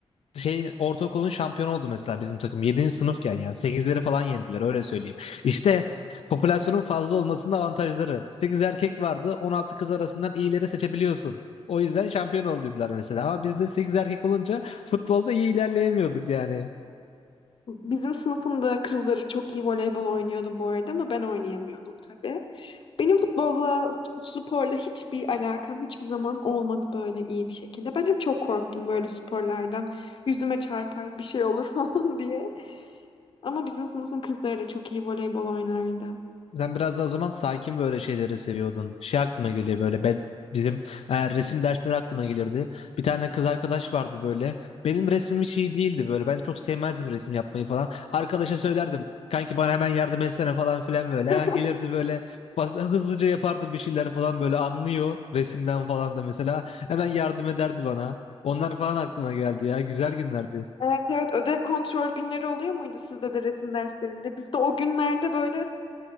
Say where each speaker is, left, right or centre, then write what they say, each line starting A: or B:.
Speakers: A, on the left (about 65°); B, on the left (about 50°).
A: şeyin ortaokulun şampiyonu oldu mesela bizim takım. 7. sınıfken yani sekizleri falan yendiler öyle söyleyeyim. İşte popülasyonun fazla olmasının avantajları. sekiz erkek vardı 16 kız arasından iyileri seçebiliyorsun. O yüzden şampiyon oldular mesela. Ama bizde 8 erkek olunca futbolda iyi ilerleyemiyorduk yani.
B: Bizim sınıfımda kızları çok iyi voleybol oynuyordu bu arada ama ben oynayamıyordum tabii. Benim futbolla, sporla hiçbir alakam hiçbir zaman olmadı böyle iyi bir şekilde. Ben hep çok korktum böyle sporlardan. Yüzüme çarpar, bir şey olur <laughs> falan diye. Ama bizim sınıfın kızları da çok iyi voleybol oynardı.
A: Sen biraz daha o zaman sakin böyle şeyleri seviyordun. Şey aklıma geliyor böyle ben, bizim e, resim dersleri aklıma gelirdi. Bir tane kız arkadaş vardı böyle. Benim resmim hiç iyi değildi böyle. Ben çok sevmezdim resim yapmayı falan. Arkadaşa söylerdim. Kanki bana hemen yardım etsene falan filan böyle. Hemen
B: <laughs>
A: gelirdi böyle bas- hızlıca yapardı bir şeyler falan böyle anlıyor resimden falan da mesela. Hemen yardım ederdi bana. Onlar falan aklıma geldi ya. Güzel günlerdi.
B: Evet evet ödev kontrol günleri oluyor muydu sizde de resim derslerinde? Bizde o günlerde böyle